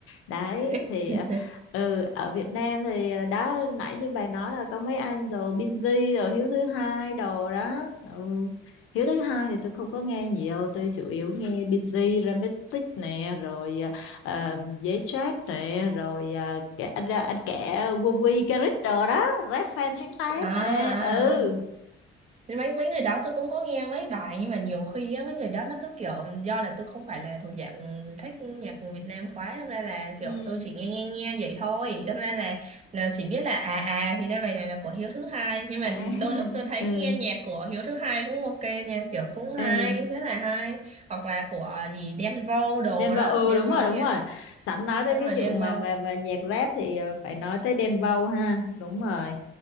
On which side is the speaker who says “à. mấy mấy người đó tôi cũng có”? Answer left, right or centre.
Right